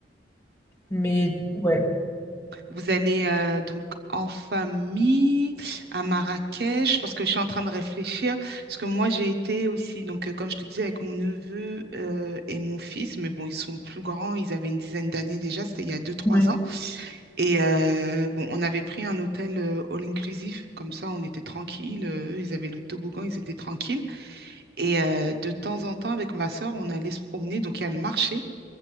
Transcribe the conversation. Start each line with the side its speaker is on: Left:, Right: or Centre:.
Left: mais ouais.
Right: Vous allez euh, donc en famille à Marrakech, parce que je suis en train de réfléchir, parce que moi j'ai été aussi, donc euh, comme je te disais, avec mon neveu euh, et mon fils, mais bon, ils sont plus grands, ils avaient une dizaine d'années déjà, c'était il y a deux trois
Left: Ouais.
Right: ans. Et euh, bon, on avait pris un hôtel euh, all-inclusif, comme ça on était tranquille, eux, ils avaient le toboggan, ils étaient tranquilles. Et euh, de temps en temps, avec ma soeur, on allait se promener, donc il y a le marché.